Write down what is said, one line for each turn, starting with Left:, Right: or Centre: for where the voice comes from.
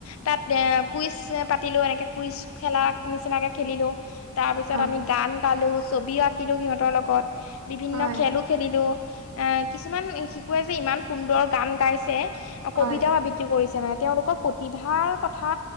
Left: তাত এ কুইজ পাতিলোঁ, এনেকে কুইজ খেলা নিচিনাকে খেলিলোঁ। তাৰপিছত
Right: অ',
Left: আমি গান গালোঁ, ছবিও আঁকিলো। সিহঁতৰ লগত বিভিন্ন
Right: হয়,
Left: খেলো খেলিলোঁ। এ কিছুমান শিশুৱে যে ইমান সুন্দৰ গান গাইছে, কবিতাও
Right: হয়,
Left: আবৃত্তি আবৃত্তি কৰিছে মানে, তেওঁলোকৰ প্ৰতিভাৰ কথা